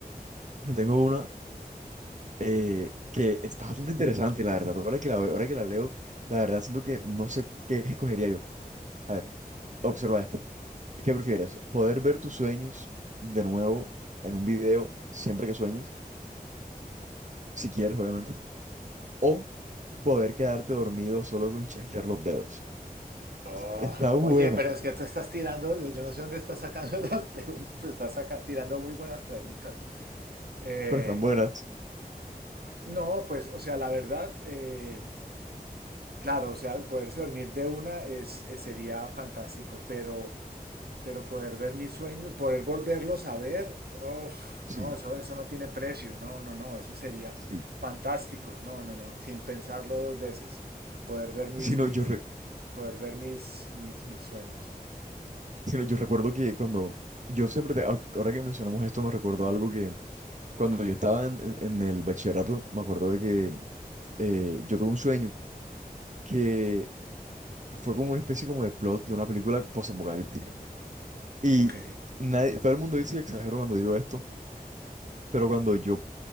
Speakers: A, on the right; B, on the right.
A: te tengo una eh, que está bastante interesante, la verdad, ahora que la veo- ahora que la leo, la verdad siento que no sé qué escogería yo. A ver, observa esta. ¿Qué prefieres? ¿Poder ver tus sueños de nuevo en un video siempre que sueñes? Si quieres, obviamente. ¿O poder quedarte dormido solo con chasquear los dedos?
B: Oh,
A: Está buena,
B: oye, pero es que tú estás tirando, yo no sé dónde estás sacando <laughs> las preguntas, pero estás saca- tirando muy buenas preguntas. Eh,
A: pero están buenas.
B: no, pues, o sea, la verdad, eh, claro, o sea, poderse dormir de una es, eh, sería fantástico, pero, pero poder ver mis sueños, poder volverlos a ver, uf,
A: Sí.
B: no, eso, eso no tiene precio, no, no, no, eso sería
A: Sí.
B: fantástico, no, no, no, sin pensarlo dos veces, poder ver mis,
A: Sino
B: mis,
A: yo, re-
B: poder ver mis, mis, mis sueños.
A: sino yo recuerdo que cuando yo siempre, te- ah, ahora que mencionamos esto, me recuerdo algo que cuando yo estaba en, en- en el bachillerato, me acuerdo de que eh, yo tuve un sueño que fue como una especie como de plot de una película posapocalíptica. Y
B: Ok.
A: nadie, todo el mundo dice que exagero cuando digo esto, pero cuando yo